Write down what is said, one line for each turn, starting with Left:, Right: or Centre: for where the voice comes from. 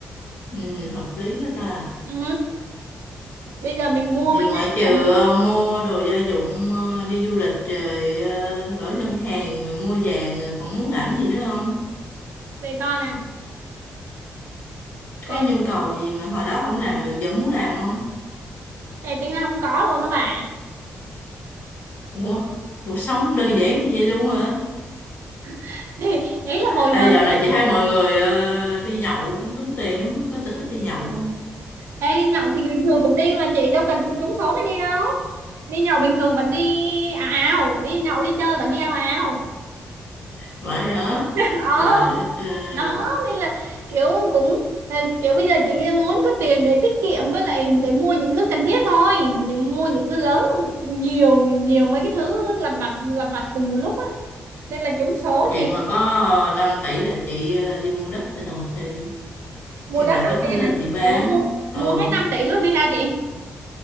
Left: Ừ, hợp lý hết ta.
Right: ừ. bây giờ mình mua
Left: Vì
Right: mấy
Left: ngoại
Right: cái mình
Left: trừ
Right: cần
Left: ờ, mua đồ gia dụng ờ, đi du lịch rồi ờ, gửi ngân hàng rồi mua vàng rồi còn muốn làm gì nữa không?
Right: để coi nè
Left: Có
Right: ê,
Left: nhu cầu gì mà hồi đó không làm được giờ muốn làm không?
Right: ê, tính ra không có luôn đó bà
Left: Ủa, cuộc sống đơn giản như vậy luôn hả?
Right: <laughs> thì đấy là hồi
Left: À,
Right: giờ
Left: dạo này chị thấy mọi người ờ, đi nhậu cũng tốn tiền lắm, có sở thích đi nhậu không?
Right: Ê, đi nhậu thì bình thường cũng đi mà chị đâu cần trúng số mới đi đâu đi nhậu bình thường vẫn đi ào ào, đi nhậu đi chơi vẫn đi ào ào
Left: Vậy hả?
Right: <laughs> ờ
Left: Trời đất ơi,
Right: đó nên là kiểu cũng là kiểu bây giờ chị muốn có tiền để tiết kiệm với lại để mua những thứ cần thiết thôi những mua những thứ lớn nhiều nhiều mấy cái thứ lặt vặt lặt vặt cùng một lúc á nên là trúng số
Left: chị
Right: thì
Left: mà có ờ, 5 tỷ là chị ờ, đi mua đất để đầu tư.
Right: mua
Left: Khi
Right: đất
Left: nào
Right: đầu
Left: đất
Right: tiên
Left: nó lên
Right: à
Left: chị bán,
Right: Ủa, mua mua
Left: ừ,
Right: hết 5 tỷ luôn đi sao chị